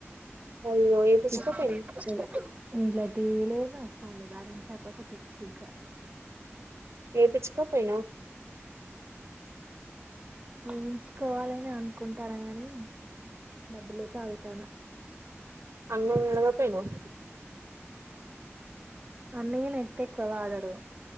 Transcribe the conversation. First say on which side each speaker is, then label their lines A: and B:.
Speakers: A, on the right; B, on the right.
A: అయ్యో ఏపిచ్చుకోపోయినవ్
B: <unintelligible> ఇంట్ల టీవీ లేదు. ఫోన్ లో బ్యాలెన్స్ అయిపోతే పిచ్చి ఇగ.
A: ఏపిచ్చికో పోయినవ్,
B: చేయించుకోవాలని అనుకుంటార గాని, డబ్బు లేక అగుతాన్న.
A: అన్నయనడగకపోయినావ్?
B: అన్నయ్య నెట్ ఎక్కువ వాడడు.